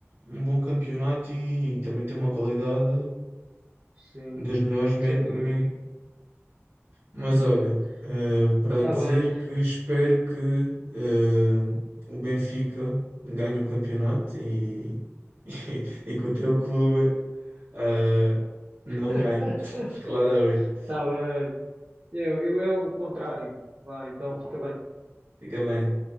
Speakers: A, on the right (about 70°); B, on the right (about 40°).
A: um bom campeonato e, também tem uma qualidade
B: sim,
A: das melhores. meio-
B: sem
A: meio-
B: dúvida.
A: Mas
B: Uhum.
A: olha, eh, para
B: Tá
A: dizer
B: bem,
A: que espero que eh, o Benfica ganhe o campeonato e, <laughs> e, que o teu clube eh, não
B: <laughs>
A: ganhe, <laughs> claramente.
B: tá bem. Eu, eu é o contrário. Vai, então fica bem.
A: Fica bem.